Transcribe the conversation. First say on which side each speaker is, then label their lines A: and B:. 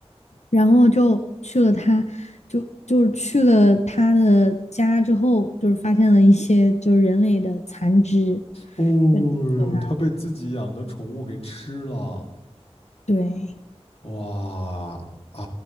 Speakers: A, on the left (about 85°); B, on the left (about 65°).
A: 然后就去了他。就就是去了他的家之后，就是发现了一些就是人类的残肢，
B: 哦哟，
A: 对，挺可怕。
B: 它被自己养的宠物给吃了。
A: 对
B: 哇，哎